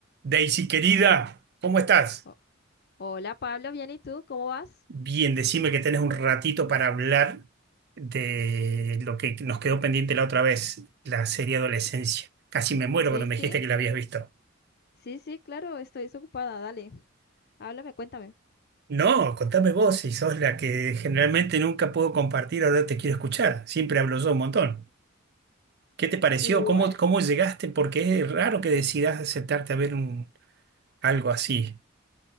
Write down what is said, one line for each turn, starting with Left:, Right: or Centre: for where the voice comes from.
Right: Daisy, querida, ¿cómo estás?
Left: O- Hola Pablo, bien, ¿y tú? ¿Cómo vas?
Right: Bien, decime que tenés un ratito para hablar de lo que nos quedó pendiente la otra vez, la serie Adolescencia. Casi me muero
Left: Sí,
Right: cuando me
Left: sí,
Right: dijiste que la habías visto.
Left: sí, sí, claro, estoy desocupada, dale, háblame, cuéntame.
Right: No, contame vos, si sos la que generalmente nunca puedo compartir, ahora te quiero escuchar. Siempre hablo yo un montón. ¿Qué te pareció?
Left: Bueno,
Right: ¿Cómo, cómo llegaste? Porque es raro que decidas aceptarte a ver un, algo así.